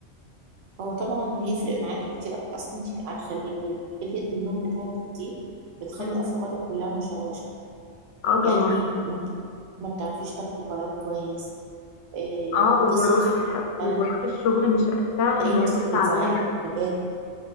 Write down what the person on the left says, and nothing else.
مم.
اه طبعا
اه
وبروح
وبروح الشغل مش فعلا
بروح
تعبان